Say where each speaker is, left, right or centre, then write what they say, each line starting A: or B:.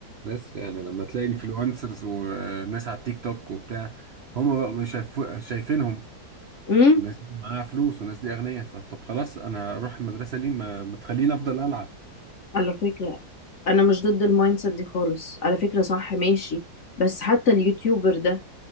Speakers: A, on the right; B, on the left.
A: بس يعني لما تلاقي انفلونسرز وناس على التيك توك وبتاع هم بقى شايفو- شايفينهم
B: امم
A: الناس دي معاها فلوس والناس دي اغنياء فطب خلاص انا هروح المدرسة ليه ما, ما تخليني افضل العب
B: على فكرة أنا مش ضد المايند سيت دي خالص على فكرة صح ماشي بس حتى اليوتيوبر ده